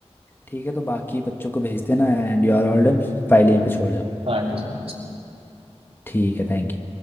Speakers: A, on the left (about 20°); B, on the right (about 60°).
A: ठीक है तो बाकी बच्चों को भेज देना and you are all done File यहीं पे छोड़ जाओ
B: Thank you so much
A: ठीक है थैंक यू